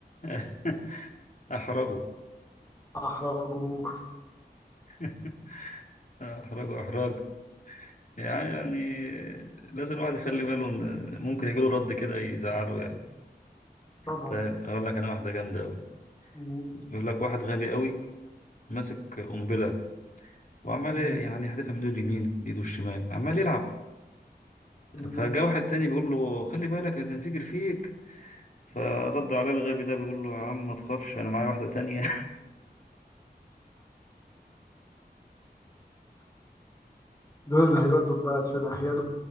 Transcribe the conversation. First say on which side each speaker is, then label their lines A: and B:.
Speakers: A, on the left; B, on the left.
A: <laughs> احرجه
B: احرجه
A: <laughs> احراج واحراج يعني يعني لازم الواحد يخلي باله ان ممكن يجيله رد كده يزعله يعني
B: طبعا
A: فاقول لك انا واحده جامده قوي
B: مم.
A: يقول لك واحد غبي قوي ماسك قنبله وعمال
B: مم.
A: يعني يحدفها من ايده اليمين بايده الشمال عمال يلعب
B: تمام
A: فجاء واحد تاني بيقول له خلي بالك هتنفجر فيك فرد عليه الغبي ده بيقول له يا عم ما تخافش انا معايا واحده تانية
B: دول اللي هيودوا البلد في داهيه